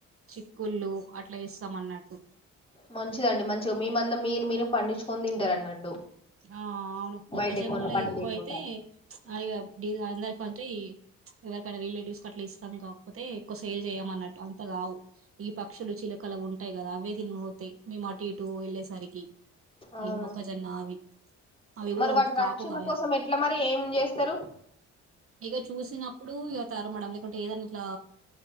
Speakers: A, on the right (about 45°); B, on the left (about 20°).
A: చిక్కుళ్ళు అట్లా ఇస్తాం అన్నట్టు
B: మంచిదండి మంచిగా మీమందమ్ మీరు మీరు పండించుకొని తింటారు అన్నట్టు
A: ఆ అవును మొక్కజొన్నలు
B: బయటకు కొనే పని
A: ఎక్కువ
B: లేకుండా
A: అయితే అవి. డి అందరి అంటే ఎవరికైనా రిలేటివ్స్ క అట్లా ఇస్తాం కాకపోతే ఎక్కువ సేల్ చేయమ అన్నట్టు అంతగావు ఈ పక్షులు చిలకలు ఉంటాయి కదా అవే తినితాయి మేము అటు ఇటు వెళ్ళేసరికి
B: అవును
A: ఈ మొక్క జొన్న అవి అవి కూడా
B: మరి
A: ఒక
B: వాటి
A: కాపు
B: రక్షణ
A: కాయాలే
B: కోసం ఎట్లా మరి ఏం చేస్తారు
A: ఇక చూసిన ప్పుడు ఇ తారు మేడం ఎందుకంటే ఏదనా ఇలా